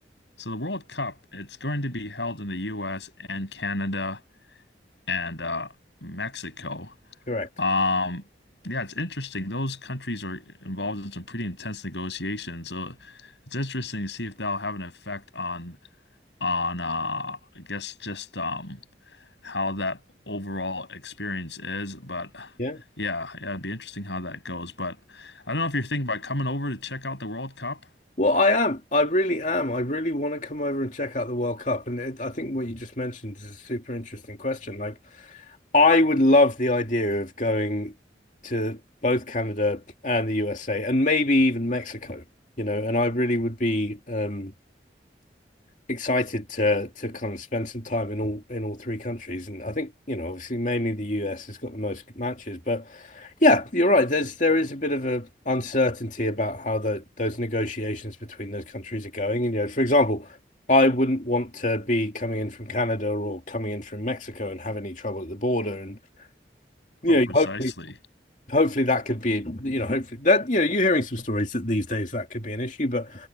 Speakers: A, on the left (about 85°); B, on the left (about 45°).
A: so the World Cup, it's going to be held in the U.S. and Canada and uh, Mexico.
B: correct,
A: Um, yeah, it's interesting. Those countries are involved in some pretty intense negotiations, so it's interesting to see if that'll have an effect on on uh, I guess just um, how that overall experience is. But
B: yeah.
A: yeah, yeah, it'd be interesting how that goes. But I don't know if you're thinking about coming over to check out the World Cup.
B: Well, I am. I really am. I really want to come over and check out the World Cup, and it, I think what you just mentioned is a super interesting question. Like, I would love the idea of going to both Canada and the USA and maybe even Mexico, you know, and I really would be um excited to to kind of spend some time in all in all three countries. And I think, you know, obviously mainly the US has got the most matches, but yeah, you're right. There's there is a bit of a uncertainty about how the those negotiations between those countries are going. And you know, for example, I wouldn't want to be coming in from Canada or coming in from Mexico and have any trouble at the border and yeah,
A: Oh, precisely.
B: hopefully, hopefully that could be, you know, hopefully that, you know, you're hearing some stories that these days that could be an issue, but